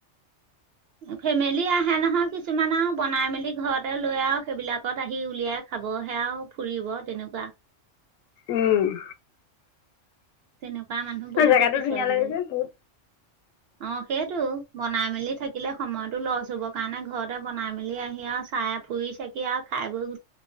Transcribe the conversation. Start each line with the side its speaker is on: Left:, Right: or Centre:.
Right: ফেমেলি আহে নহয় কিছুমান আৰু বনাই মেলি ঘৰতে লৈ আৰু সেইবিলাকত আহি উলিয়াই খাব সেও ফুৰিব তেনেকুৱা
Left: উম
Right: তেনেকুৱা মানুহ বহুত
Left: জেগাটো
Right: দেখিছো
Left: ধুনীয়া
Right: আজিকালি
Left: লাগিছে বহুত
Right: অ সেইটো বনাই মেলি থাকিলে সময়তো লছ হব কাৰণে ঘৰতে বনাই মেলি আহি আৰু খাই ফুৰি চাকি আৰু খাই বৈ গ